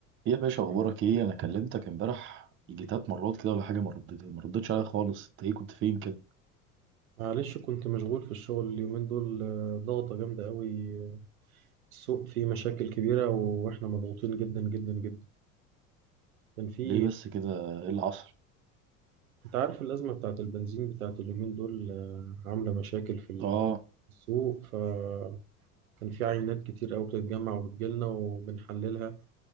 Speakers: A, on the right (about 25°); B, on the right (about 70°).
A: ايه يا باشا اخبارك ايه انا كلمتك امبارح يجي تلات مرات كده ولا حاجه ما ردت ما ردتش عليا خالص انت ايه كنت فين كده
B: معلش كنت مشغول في الشغل اليومين دول آه، ضغطة جامدة قوي آه، السوق فيه مشاكل كبيرة وإحنا مضغوطين جدا جدا جدا كان في
A: ليه بس كده ايه اللي حصل
B: أنت عارف الأزمة بتاعت البنزين بتاعت اليومين دول آه، عاملة مشاكل في
A: اه
B: السوق فكان في عينات كتير قوي بتتجمع وبتجيلنا وبنحللها